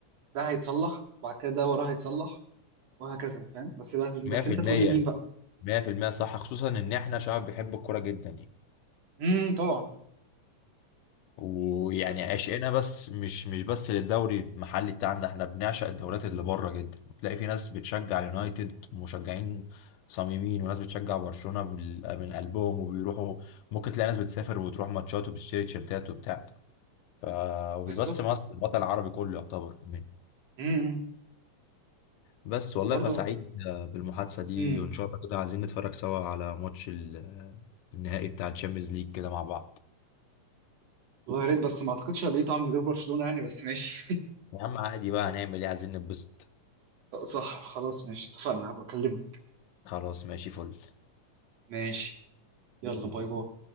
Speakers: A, on the right; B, on the left.
A: ده هيتصلح وبعد كده ده وراه هيتصلح وهكذا فاهم بس بقى
B: 100%
A: بس انت تقول لي مين بقى
B: 100% صح خصوصا إن احنا شعب بيحب الكورة جدا يعني
A: امم طبعا
B: ويعني
A: بس
B: عشقنا بس مش مش بس للدوري المحلي بتاعنا ده احنا بنعشق الدوريات اللي بره جدا وتلاقي في ناس بتشجع اليونايتد مشجعين صميمين وناس بتشجع برشلونة بال- من قلبهم وبيروحوا ممكن تلاقي ناس بتسافر وتروح ماتشات وبتشتري تيشيرتات وبتاع ف... ومش
A: بالظبط
B: بس مصر الوطن العربي كله يعتبر كمان
A: امم
B: بس والله
A: وبرضه
B: فسعيد بالمحادثة دي
A: امم
B: وإن شاء الله كده عايزين نتفرج سوا على ماتش ال- النهائي بتاع الشامبيونز ليج كده مع بعض
A: والله يا ريت بس ما اعتقدش هبقى طعم من غير برشلونه يعني بس ماشي
B: يا عم عادي بقى هنعمل ايه عايزين نتبسط
A: <laughs> صح خلاص ماشي اتفقنا هبقى اكلمك
B: خلاص ماشي فل
A: ماشي يلا باي باي